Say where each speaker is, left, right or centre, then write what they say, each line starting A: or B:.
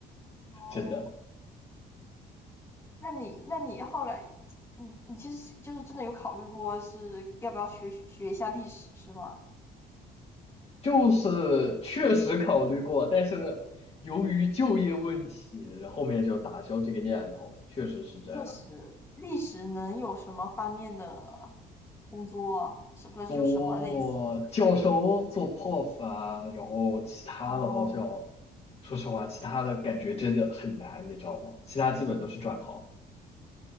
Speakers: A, on the left (about 15°); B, on the left (about 35°).
A: 哦，
B: 真的。
A: 那你那你后来，你你其实就是真的有考虑过是要不要学学学一下历史是吗？
B: 就是确实考虑过，但是由于就业问题，后面就打消这个念头。确实是这样，
A: 确实，历史能有什么方面的工作，什么就什么类型的。
B: 做教授、做 prof 啊，然后其他的好像，
A: 哦，
B: 说实话，其他的感觉真的很难，你知道吗？其他基本都是转行。